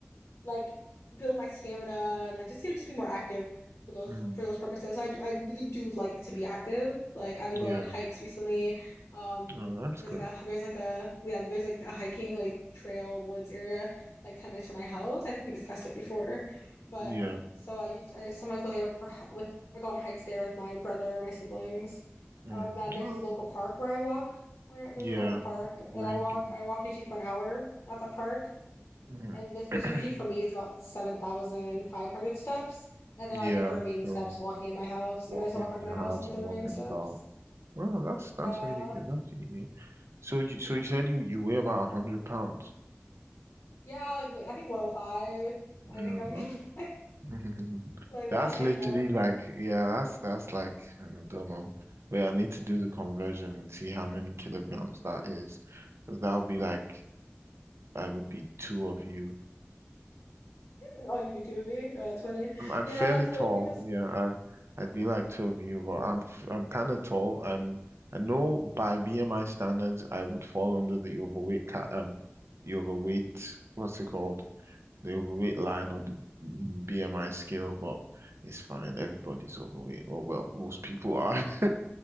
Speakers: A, on the left (about 70°); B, on the right (about 75°).
A: like build my stamina and like just you know just be more active for those
B: Mm.
A: for those purposes. So I I really do like to be active. Like I've been
B: Yeah.
A: going on hikes recently. Um,
B: Oh, that's
A: there's
B: good.
A: like a there's like a yeah there's like a hiking like trail woods area like 10 minutes from my house. I think we discussed it before, but
B: Yeah.
A: so I us- I sometimes go there for hi- with I go on hikes there with my brother, my siblings.
B: Mm.
A: Um, and there's
B: Well,
A: this local park where I walk. Where there's
B: yeah.
A: this local park and
B: thank
A: I walk
B: you,
A: I walk usually for an hour at that park
B: Mm.
A: and this, which
B: <clears throat>
A: usually for me it's about 7,500 steps. And
B: Yeah.
A: then I get the remaining
B: So
A: steps walking in my house.
B: walking
A: Like I just walk around
B: in your
A: my house
B: house
A: and get
B: and
A: the
B: walking
A: remaining steps.
B: about. Well, that's
A: Yeah.
B: that's really good. That's easy. So you so
A: Yeah.
B: you said you you weigh about a hundred pounds.
A: Yeah. Like ma- I think 105. I
B: Yeah.
A: think I'm
B: oh,
A: <laughs> like,
B: <laughs>
A: like last
B: That's literally
A: I checked.
B: like, yeah, that's that's like, I don't know. Wait, I need to do the conversion and see how many kilograms that is, because that would be like, I would be two of you.
A: Oh, you be two of me? Oh, that's funny.
B: I'm, I'm
A: Yeah.
B: fairly
A: So
B: tall,
A: because,
B: yeah. I, I'd be like two of you, but I'm f- I'm kind of tall. I'm I know by BMI standards, I would fall under the overweight ca um, the overweight. What's it called? the overweight line on the BMI scale, but it's fine. Everybody's overweight, or well, most people are. <laughs>